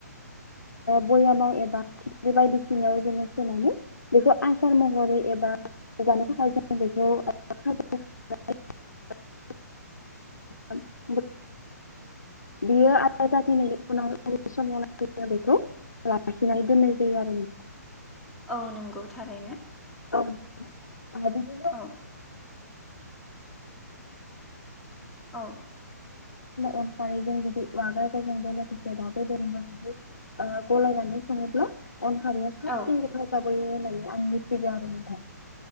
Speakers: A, on the left; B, in the centre.
A: बयामाव एबा बे बायदिसिनायाव जोङो सोनानै बेखौ आसार महरै एबा जानो थाखाय जों बेखौ <unintelligible> <unintelligible> बियो आदा जाफैनायनि उनाव उन्दै समावै बेखौ बसि नोगोर जायो आरो
B: औ नंगौ थारैनो
A: <unintelligible> ओ बिदि
B: औ औ
A: औंगफाय जदिग्राफोरों बे दा ब जदि ओ गलायनानै सङोब्ला अन हारिया फारसेथिं
B: औ
A: रोखा जाबोयो होननानै आं मिथिग आरो नोंथां